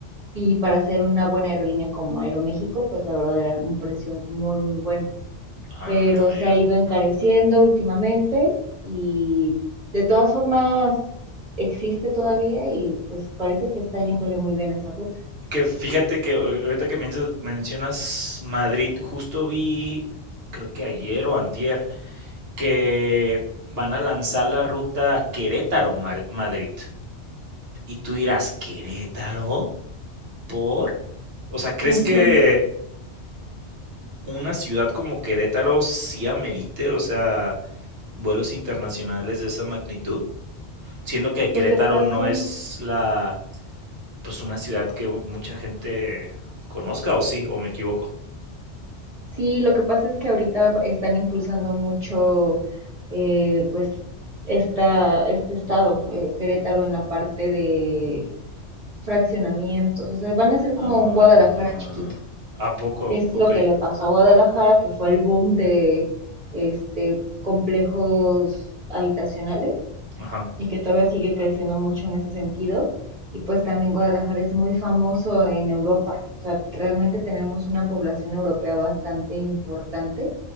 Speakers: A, on the right (about 30°); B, on the right (about 80°).
A: Y para ser una buena aerolínea como Aeroméxico, pues la verdad era un precio muy, muy bueno.
B: Ah,
A: pero se
B: ya.
A: ha ido encareciendo últimamente y de todas formas existe todavía y pues parece que está yéndole muy bien esa ruta.
B: Que fíjate que ahor- ahorita que mencio- mencionas Madrid, justo vi, creo que ayer o antier, que van a lanzar la ruta Querétaro-Madrid. Y tú dirás, ¿Querétaro? ¿Por? O sea, ¿crees
A: Ujú.
B: que una ciudad como Querétaro sí amerite, o sea, vuelos internacionales de esa magnitud? siendo que
A: Lo
B: Querétaro
A: que pasa,
B: no es la, pues una ciudad que mucha gente conozca, o sí, o me equivoco.
A: sí, lo que pasa es que ahorita están impulsando mucho, eh, pues, esta, este estado, eh, Querétaro, en la parte de fraccionamientos. O sea, van a ser como
B: Ah,
A: un Guadalajara chiquito.
B: ¿a poco?
A: Es
B: Ok.
A: lo que le pasó a Guadalajara, que fue el boom de este complejos habitacionales
B: Ajá.
A: y que todavía sigue creciendo mucho en ese sentido. Y pues también Guadalajara es muy famoso en Europa. O sea, realmente tenemos una población europea bastante importante